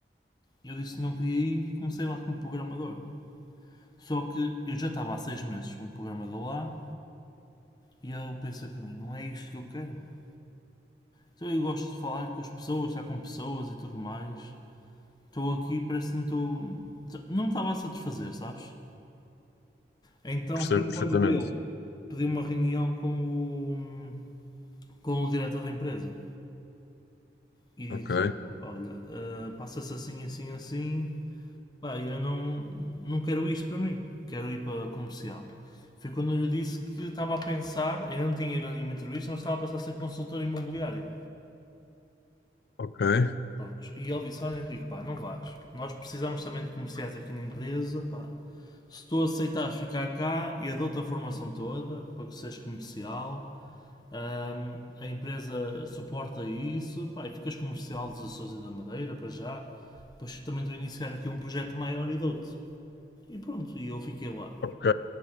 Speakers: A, on the left (about 25°); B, on the left (about 70°).
A: eu disse que não queria ir e comecei lá como programador. Só que eu já estava há seis meses como programador lá e eu pensei para mim, não é isto que eu quero, meu. Então eu gosto de falar com as pessoas, estar com pessoas e tudo mais. Estou aqui, parece que não estou. Não me estava a satisfazer, sabes? Então
B: Percebo
A: foi
B: perfeitamente.
A: quando eu pedi uma reunião com o, com o diretor da empresa e
B: Ok,
A: disse: Olha, eh, passa-se assim, assim, assim. Pá, eu não, não quero isto para mim, quero ir para comercial. Foi quando eu lhe disse que estava a pensar, eu não tinha ido a nenhuma entrevista, mas estava a pensar em ser consultor imobiliário.
B: ok,
A: Prontos. E ele disse: Olha, Henrique, pá, não vás. Nós precisamos também de comerciais aqui na empresa, pá. Se tu aceitares ficar cá, eu dou-te a formação toda para que sejas comercial. Ahm, a empresa suporta isso, pá, e ficas comercial dos Açores e da Madeira para já. Depois também estou a iniciar aqui um projeto maior e dou-te. E pronto, e eu fiquei lá.
B: ok.